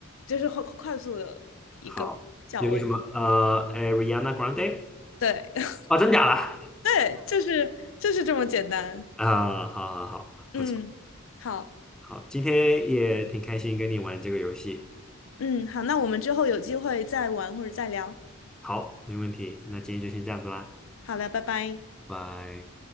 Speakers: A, on the left; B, in the centre.
A: 就是快快速的一个小问题，
B: 好，有一个什么呃，Ariana Grande
A: 对，<laughs>
B: 哦，真假的？
A: 对，就是就是这么简单，
B: 啊、好好好，
A: 嗯，
B: 不错，
A: 好，
B: 好，今天也挺开心跟你玩这个游戏。
A: 嗯，好，那我们之后有机会再玩或者再聊，
B: 好，没问题，那今天就先这样子啦，
A: 好了，拜拜。
B: 拜拜。